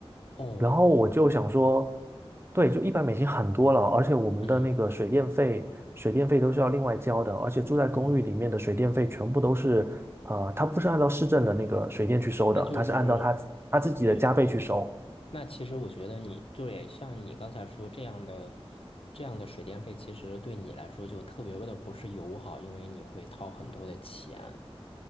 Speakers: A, on the left; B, on the right.
A: 哦，
B: 然后我就想说，对，就一百美金很多了，而且我们的那个水电费，
A: 嗯
B: 水电费都是要另外交的，而且住在公寓里面的水电费全部都是，
A: 嗯，
B: 呃，他不是按照市政的那个水电去收的，
A: 那就是。
B: 他是按照他他自己的加倍去收，
A: 对。那其实我觉得你对，像你刚才说这样的这样的水电费，其实对你来说就特别的不是友好，因为你会掏很多的钱。